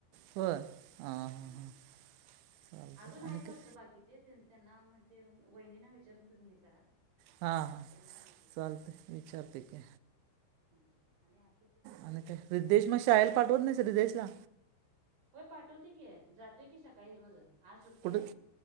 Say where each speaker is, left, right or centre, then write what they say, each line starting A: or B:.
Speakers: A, on the right (about 90°); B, on the right (about 55°).
A: होय हां
B: हम्म
A: हां चालतं
B: अजून
A: आणि
B: आहेत
A: काय
B: वाटतं बाकीचे त्यांना म्हणजे वहिनीना विचारून तुम्ही हे करा
A: हा, हा
B: त्यांनी सांगतील तुम्हाला
A: चालतंय विचारतेकी
B: हा आणि हर्ष पृथ्वींचं
A: आणि
B: चालू
A: काय
B: आहे
A: हिद्देश मग शाळेल पाठवत नाही हिद्देशला
B: होय पाठवते की जातोय की सकाळी रोज आज सुट्टी
A: कुठं
B: य